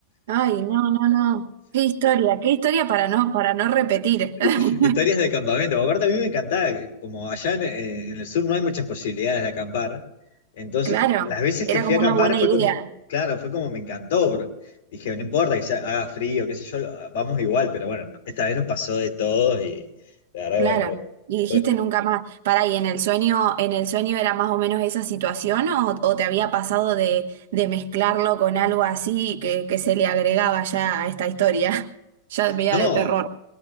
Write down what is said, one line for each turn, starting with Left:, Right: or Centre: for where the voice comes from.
Right: Ay, no, no, no. Qué historia, qué historia para no, para no repetir.
Left: Historias
Right: <laughs>
Left: de campamento. Aparte, a mí me encantaba, como allá en, eh, en el sur no hay muchas posibilidades de acampar. Entonces,
Right: Claro,
Left: las veces
Right: era
Left: que fui
Right: como
Left: a acampar
Right: una buena
Left: fue
Right: idea.
Left: como, claro, fue como me encantó. bro. Dije, no importa que sea, haga frío, qué sé yo, vamos igual, pero bueno, no, esta vez nos pasó de todo y la verdad,
Right: Claro.
Left: bueno, no.
Right: Y dijiste
Left: fue- eh,
Right: nunca más. Pará, ¿y en el sueño, en el sueño era más o menos esa situación o, o te había pasado de, de mezclarlo con algo así que, que se le agregaba ya a esta historia? <laughs> Ya media
Left: No,
Right: de terror.